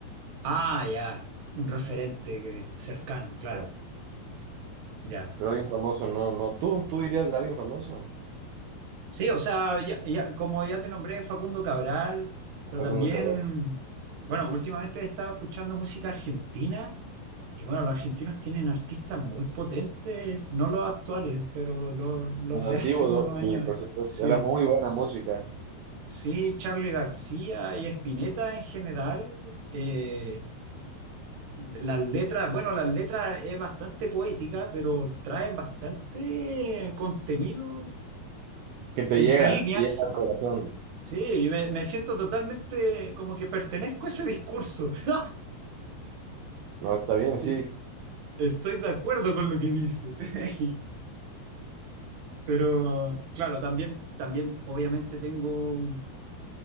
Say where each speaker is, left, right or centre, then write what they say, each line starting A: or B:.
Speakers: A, on the right (about 55°); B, on the right (about 75°).
A: Ah, ya, un referente que- cercano, claro,
B: Ah,
A: ya.
B: pero alguien famoso, no, no. ¿Tú, tú dirías de alguien famoso?
A: Sí, o sea, ya, ya- como ya te nombré, Facundo Cabral, pero
B: Facundo
A: también,
B: Cabral.
A: bueno, últimamente he estado escuchando música argentina y bueno, los argentinos tienen artistas muy potentes, no los actuales, pero los, los
B: Antiguo,
A: de <laughs> hace unos
B: ¿no?
A: años.
B: Sí, por supuesto.
A: Sí,
B: Era muy buena música.
A: sí, Charly García y Spinetta en general. eh, las letras, bueno, las letras es bastante poética, pero traen bastante contenido
B: que te
A: entre
B: llega,
A: líneas.
B: te llega al corazón.
A: Sí, y me, me siento totalmente como que pertenezco a ese discurso. <laughs>
B: No, está bien,
A: Como,
B: sí.
A: Estoy de acuerdo con lo que dice. <laughs> Pero claro, también, también obviamente tengo,